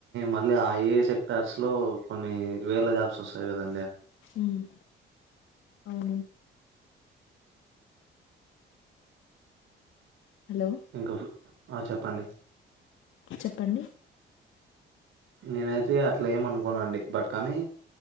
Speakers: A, on the right (about 80°); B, on the left (about 80°).
A: మళ్ళీ ఆ ఏ సెక్టర్స్ లో కొన్ని వేల జాబ్స్ వసాయి కదా
B: ఉమ్మ్ అవును హలో
A: ఇంకా ఫ్ ఆ చెప్పండి
B: చెప్పండి
A: నేనైతే అట్లా ఏమ అనుకోను అండి బట్ కానీ